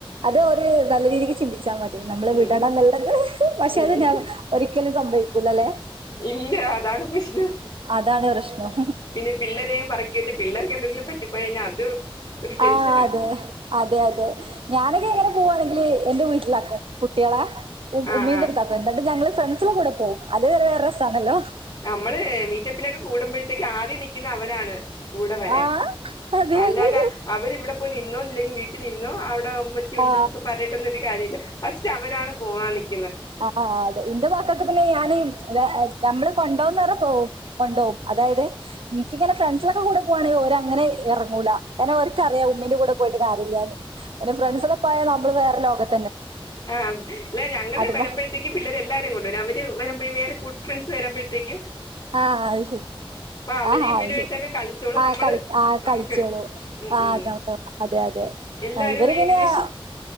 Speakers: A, on the right; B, on the left.
A: അത് ഒര് നല്ല രീതിക്ക് ചിന്തിച്ചാ മതി നമ്മള്
B: ഉം
A: വിടണന്ന്ള്ളത് പക്ഷെ
B: ഉം
A: അത് ന ഒരിക്കലും സംഭവിക്കൂലല്ലെ
B: ഇല്ല അതാണ് പ്രശ്നം
A: അതാണ് പ്രശ്നം
B: പിന്നെ പിള്ളരെയും പറക്കീട്ട് പിൾ പിള്ളേർക്കെന്തെങ്കിലും പറ്റിപ്പോയാ ഇന്നെ അത് ഒരു ടെൻഷനാ
A: ആഹ് അതെ അതെ അതെ ഞാന് ന് എങ്ങാനും പൂവാണെങ്കില് എന്റെ വീട്ടിലാക്കും കുട്ടികളെ ഉ
B: ആ
A: ഉമ്മീന്റടുത്താക്കും
B: ആ
A: എന്നട്ട് ഞങ്ങള് ഫ്രെണ്ട്സള കൂട പോവും അത് ഒരു വേറെ രസാന്നല്ലോ
B: നമ്മള് മീറ്റപ്പിനൊക്കെ കൂടുമ്പോഴത്തേക്ക് ആദ്യം നി ക്കുന്ന അവരാണ് കൂടെ വരാൻ
A: ആ അതെ
B: അല്ലാതെ
A: അതെ
B: അവരിവട പോയി നിന്നോന്ന് ല്ലെങ്കി വീട്ടി നിന്നോ അവിട് ട ഉമ്മച്ചി ഉണ്ടൊന്നൊക്കെ
A: ആ
B: പറഞ്ഞിട്ടൊന്നൊരു കാര്യല്ല ഫസ്റ്റ് അവരാണ് പോവാൻ നിക്
A: ആഹ് അതെ എൻ്റ മക്കക്ക് പിന്നെ ഞാന് വേ ഞമ്മ്ള് കൊണ്ടോവുന്നറഞ്ഞാ പോവും കൊണ്ടോവും അതായത് ഇൻക്കിങ്ങനെ ഫ്രണ്ട്സ്ളൊക്കെ കൂടെ പോവാണെങ്കി ഓരങ്ങനെ എറങ്ങൂല എന ഓര്ക്കറിയാ ഉമ്മീന്റെ കൂടെ പോയിട്ട് കാര്യില്ലാന്ന് എൻ്റെ ഫ്രണ്ട്സള് പോയാ നമ്മള് വേറെ ലോകത്ത്
B: ആഹ് ല്ല ഞങ്ങള്
A: അതുമ്പോ
B: വരുമ്പഴത്തേക്ക് പിള്ളേരും എല്ലാരേം കൊണ്ടുവരും അവര് വ വരമ്പഴേ വേറെ ഗുഡ് ഫ്രണ്ട്സ് വരമ്പഴത്തേക്ക്
A: ആഹ് അത് ശരി
B: അവര്
A: ആഹ്
B: ഇവരുമായിട്ടൊക്കെ
A: അത് ശരി
B: കളിച്ചോളും
A: ആ
B: നമ്മള്
A: കളി ആഹ് കളിച്ചോളും
B: നമുക്ക് ഉം
A: ആഹ്
B: ഉം
A: <inaudible> അതെ അതെ
B: എല്ലാരും
A: ആ ഇവര്
B: ഏകദേശം
A: പിന്നെ <inaudible>